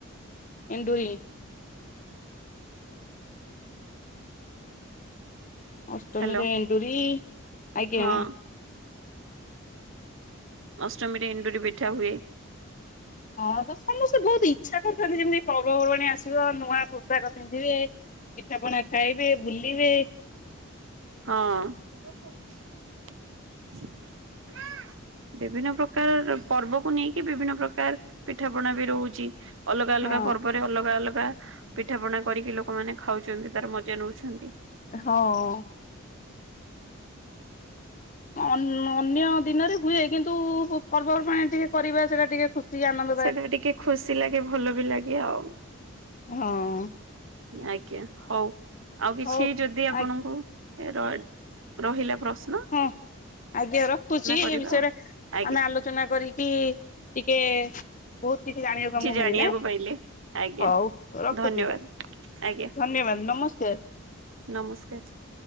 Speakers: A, on the left; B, on the right.
A: ଏଣ୍ଡୁରି। ଅଷ୍ଟମୀରେ
B: ହ୍ୟାଲୋ
A: ଏଣ୍ଡୁରି ଆଜ୍ଞା।
B: ହଁ ଅଷ୍ଟମୀରେ ଏଣ୍ଡୁରି ପିଠା ହୁଏ।
A: ହଁ ତ ସମସ୍ତେ ବହୁତ ଇଚ୍ଛା କରିଥାନ୍ତି ଯେମିତି ପର୍ବପର୍ବାଣୀ ଆସିବ ନୂଆ ପୋସାକ ପିନ୍ଧିବେ। ପିଠା ପଣା ଖାଇବେ ବୁଲିବେ।
B: ହଁ। ବିଭିନ୍ନ ପ୍ରକାର ପର୍ବକୁ ନେଇକି ବିଭିନ୍ନ ପ୍ରକାର ପିଠାପଣା ବି ରହୁଛି ଅଲଗା
A: ହଁ
B: ଅଲଗା ପର୍ବରେ ଅଲଗା ଅଲଗା ପିଠା ପଣା କରିକି ଲୋକମାନେ ଖାଉଛନ୍ତି ତାର ମଜା ନଉଛନ୍ତି।
A: ହଁ। ଅ ଅନ୍ୟ ଦିନରେ ହୁଏ କିନ୍ତୁ ପର୍ବପର୍ବାଣିରେ ଟିକେ କରିବା ସେଟା ଟିକେ ଖୁସି ଆନନ୍ଦ
B: ସେଇଟା ବି ଟିକେ ଖୁସି ଲାଗେ ଭଲ ବି ଲାଗେ ଆଉ।
A: ହଁ।
B: ଆଜ୍ଞା। ହଉ ଆଉ କିଛି
A: ହଉ
B: ଯଦି ଆପଣଙ୍କୁ
A: ଆ
B: ର ରହିଲା ପ୍ରଶ
A: ହଁ ଆଜ୍ଞା ରଖୁଛି
B: କରିବା
A: ଏ ବିଷୟରେ
B: ଆଉ
A: ଆମେ
B: ଆଜ୍ଞା।
A: ଆଲୋଚ ଆଲୋଚନା କରିକି ଟିକେ ବହୁତ କିଛି ଜାଣିବାକୁ ଆମକୁ
B: ଜାଣିବାକୁ
A: ମିଳିଲା।
B: ପାଇଲେ ଆଜ୍ଞା
A: ହଉ ରଖୁଛି?
B: ଧନ୍ୟବାଦ ଆଜ୍ଞା
A: ଧନ୍ୟବାଦ ନମସ୍ତେ।
B: ନମସ୍କାର ସାର।